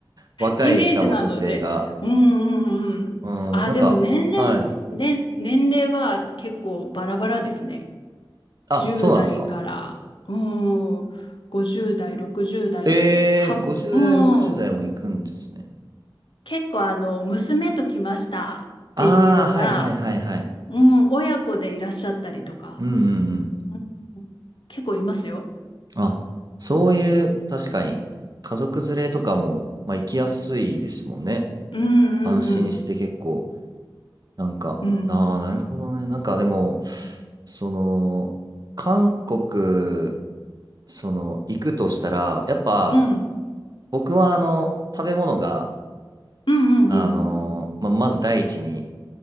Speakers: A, on the right; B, on the left.
A: 若い、
B: イメージなので、
A: しかも女性が。
B: うんうんうん。
A: うん、
B: あ、
A: なんか、
B: でも年齢す、
A: はい。
B: 年、年齢は結構バラバラですね。
A: あ、
B: 10代から、
A: そうなんですか
B: うん、50代、60代まで。
A: えー、
B: は、
A: 50代、
B: うん、
A: 60代も行くんですね。
B: 結構あの、娘と来ましたっていうような、
A: ああ、はいはいはいはい。
B: うん、親子でいらっしゃったりとか、
A: うんうんうん。
B: うん結構いますよ。
A: あ、そういう、確かに、家族連れとかも、まあ行きやすいですもんね。
B: うんうん
A: 安心して結構、なんか、
B: うん。うん。
A: ああ、なるほどね。なんかでも、その、韓国その、行くとしたら、やっぱ、
B: うん
A: 僕はあの、食べ物が、
B: うんうん。
A: あのーまあ、まず第一に